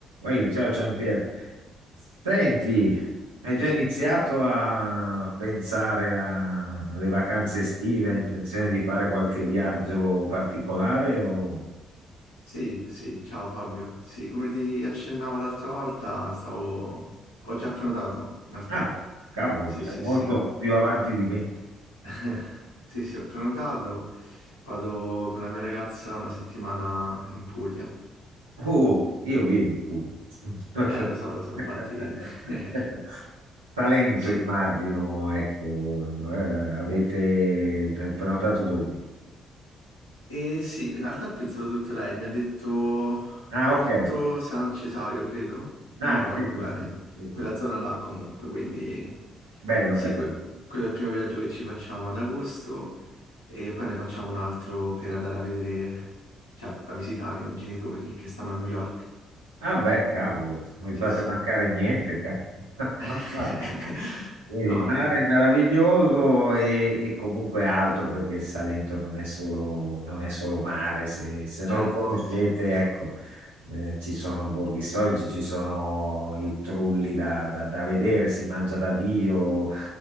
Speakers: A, on the right (about 80°); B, on the left (about 85°).
A: Oi, ciao Giampier. Senti, hai già iniziato a pensare a- alle vacanze estive? Hai intenzione di fare qualche viaggio particolare? o-
B: Sì, sì, ciao Fabio. Sì, come ti accennavo l'altra volta, stavo... ho già prenotato, in realtà.
A: Ah, cavolo,
B: Sì,
A: sei
B: sì,
A: molto
B: sì.
A: più avanti di me.
B: <laughs> Sì, sì, ho prenotato. Vado con la mia ragazza una settimana in Puglia.
A: Oh, io vivo in Puglia. <laughs>
B: Eh, lo so, lo so, infatti... <laughs>
A: Talento,
B: Sì,
A: immagino, ecco. Eh, avete prenotato dove?
B: E sì, in realtà ha pensato tutto lei, mi ha detto
A: Ah,
B: Porto
A: ok.
B: San Cesario, credo, non
A: Ah,
B: mi ricordo
A: sì,
B: bene,
A: sì, sì, sì,
B: quella
A: sì.
B: zona là comunque, quindi
A: Bello,
B: sì,
A: bello.
B: que- quello è il primo viaggio che ci facciamo ad agosto e poi ne facciamo un altro per andare a vedere, cioè a visitare i miei genitori che stanno a New York.
A: Ah beh, cavolo, non mi
B: Sì,
A: fate
B: sì.
A: mancare niente, cara. <laughs>
B: <laughs>
A: Vedi,
B: No,
A: il mare
B: no,
A: è meraviglioso e, e comunque altro perché il Salento non è solo, non è solo mare, se, se non
B: certo,
A: lo conoscete,
B: sì, sì.
A: ecco, eh, ci sono borghi storici, ci sono i trulli da, da- da vedere, si mangia da Dio,